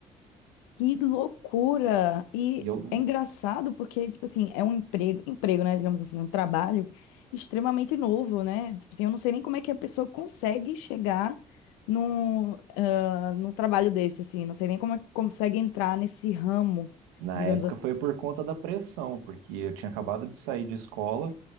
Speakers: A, on the left; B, on the right.
A: Que loucura! E
B: E eu,
A: é engraçado porque, tipo assim, é um emprego, emprego, né? Digamos assim, um trabalho extremamente novo, né? Tipo assim, eu não sei nem como é que a pessoa consegue chegar num, ah, num trabalho desse, assim. Não sei nem como é que consegue entrar nesse ramo,
B: Na
A: digamos
B: época
A: assim,
B: foi por conta da pressão, porque eu tinha acabado de sair de escola,